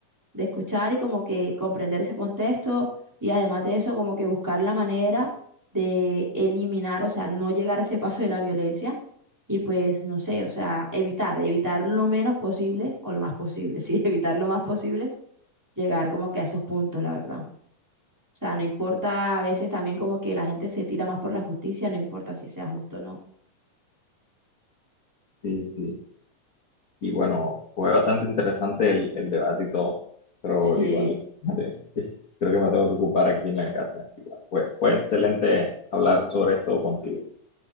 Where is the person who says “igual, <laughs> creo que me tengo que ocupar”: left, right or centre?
Left